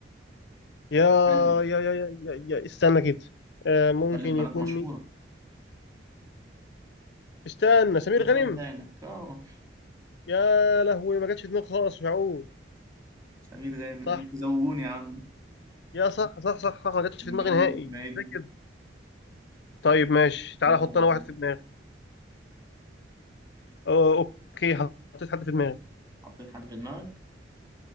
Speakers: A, on the left; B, on the right.
A: يا
B: مخلف
A: يا يا يا, يا, يا استنى كده آه ممكن
B: مخلف بنات
A: يكون
B: مشهورة
A: مين؟ استنى سمير
B: أنا سألتها
A: غانم
B: لك اه
A: يا لهوي ما جاتش في دماغي خالص مش معقول
B: سمير غانم انتوا
A: صح
B: زوجوني يا عم
A: يا صح صح صح صح ما جاتش
B: متجوز
A: في دماغي نهائي
B: اسمها ايه دي؟
A: زي كده طيب ماشي تعالى
B: لا
A: احط
B: لا
A: انا
B: عظيم
A: واحد في دماغي أو اوكي حطيت حد في دماغي
B: حطيت حد في دماغك